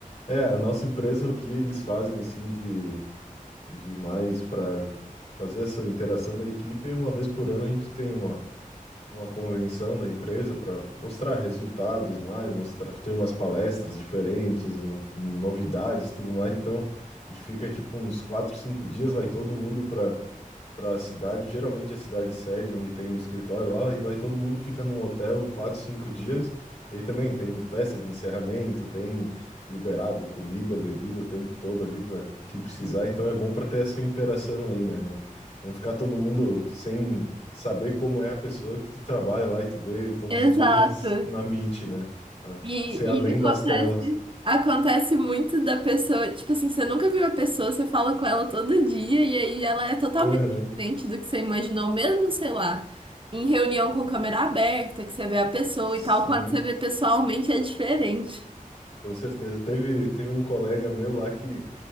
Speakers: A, on the left; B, on the right.
A: É, a nossa empresa, o que eles fazem assim de, de mais para fazer essa interação da equipe, é uma vez por ano a gente tem uma, uma convenção da empresa para mostrar resultados mais, mostrar, tem umas palestras diferentes, no- novidades, tudo mais. Então, a gente fica tipo uns quatro, cinco dias, vai todo mundo para para a cidade, geralmente a cidade sede, onde tem o escritório lá, e vai todo mundo fica num hotel quatro, cinco dias. E aí também tem festa de encerramento, tem liberado comida, bebida o tempo todo ali para que precisar. Então é bom para ter essa interação aí, né? Não, não ficar todo mundo sem saber como é a pessoa que tu trabalha lá e tu vê todos
B: <laughs> Exato.
A: os dias nas, na Meet, né? Ah,
B: E,
A: Ser além
B: e acontece.
A: das telas.
B: Acontece muito da pessoa, tipo assim, você nunca viu a pessoa, você fala com ela todo dia e aí ela é totalmente
A: Aham,
B: diferente do que você imaginou, mesmo, sei lá, em reunião com câmera aberta, que você vê a pessoa
A: Sim,
B: e tal, quando você vê pessoalmente é diferente.
A: com certeza. Teve, teve um colega meu lá que